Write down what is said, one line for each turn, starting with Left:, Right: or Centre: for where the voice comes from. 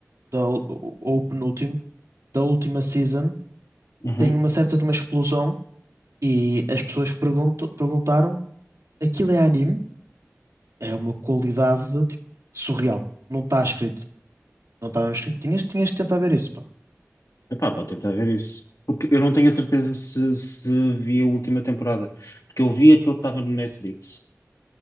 Right: da, ul- ou o penúltimo, da última season,
Left: Uhum.
Right: tem uma certa de uma explosão. E as pessoas perguntam- perguntaram Aquilo é anime, é uma qualidade tipo, surreal. Não está escrito. Não está mesmo escrito. Tinhas, tinhas de tentar ver isso, pá.
Left: Epá, vou tentar ver isso. Porque eu não tenho a certeza se, se vi a última temporada. Porque eu vi aquilo que estava no Netflix.